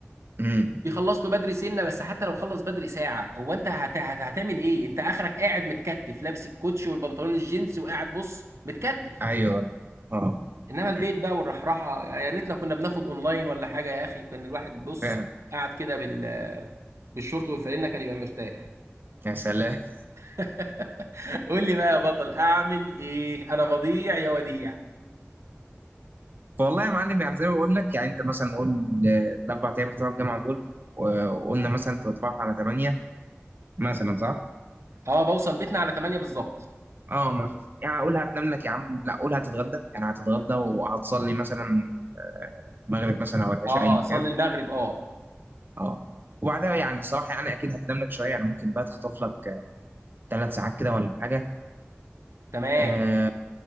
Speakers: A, on the right; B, on the right.
A: امم
B: بيخلص له بدري سنه بس حتى لو خلص بدري ساعه هو انت هت... هت... هتعمل ايه انت اخرك قاعد متكتف لابس الكوتش والبنطلون الجينز وقاعد بص متكتف
A: ايوه اه
B: انما البيت
A: مم.
B: بقى والرحراحه يعني يا ريتنا كنا بناخد اونلاين ولا حاجه يا اخي كان الواحد بص
A: فاهم
B: قاعد كده بال بالشورت والفانلة كان يبقى مرتاح
A: يا سلام
B: <laughs> قول لي بقى يا بطل اعمل ايه انا بضيع يا وديع
A: والله يا معلم يعني زي ما بقول لك يعني انت مثلا نقول آه، الاربع ايام بتوع الجامعه دول وقلنا مثلا انت بتروح على 8 مثلا صح؟
B: اه بوصل بيتنا على 8 بالظبط
A: اه ما- يعني اقول هتنام لك يا عم لا قول هتتغدى يعني هتتغدى وهتصلي مثلا آه، المغرب مثلا او العشاء
B: اه
A: ايا
B: اصلي
A: كان
B: المغرب اه
A: اه وبعدها يعني الصراحه يعني اكيد هتنام لك شويه يعني ممكن بقى تخطف لك ثلاث ساعات كده ولا حاجه
B: تمام
A: آه